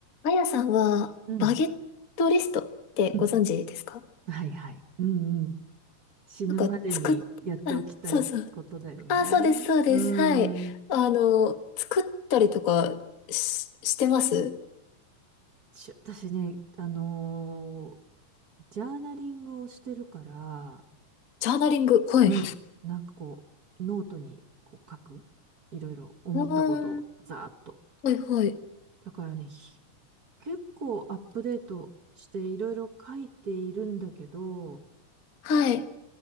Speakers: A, on the left; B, on the right.
A: あやさんは、
B: うん。
A: バゲットリストってご存知ですか
B: うん。はいはい。うんうん。死ぬまでにやっておきたいことだよね。
A: なんか、作っ、あ、そうそう。あ、そうです、そうです。
B: うん。
A: はい。あの、作ったりとかし、してます
B: ちょ、私ね、あのージャーナリングをしてるから、
A: ジャーナリング。はい。
B: うん。なんかこう、ノートにこう書く。いろいろ思ったことをざーっと。
A: うーん。はい、はい。
B: だからね、ひ結構アップデートしていろいろ書いているんだけど、
A: はい。